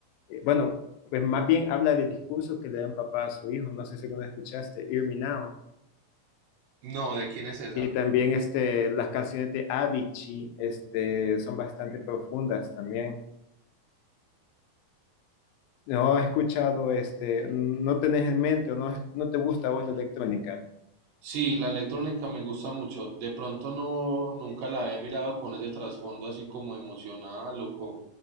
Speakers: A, on the left (about 80°); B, on the right (about 70°).
A: eh, bueno, pues más bien habla de discursos que le dan papá a su hijo. No sé si alguna vez escuchaste, Hear Me Now.
B: No, ¿de quién es esa?
A: Y también este, las canciones de Avicii este, son bastante profundas también. ¿No has escuchado, este, no tenés en mente o no, no te gusta a vos la electrónica?
B: Sí, la electrónica me gusta mucho. De pronto no, nunca la he mirado con ese trasfondo así como emocional o, co-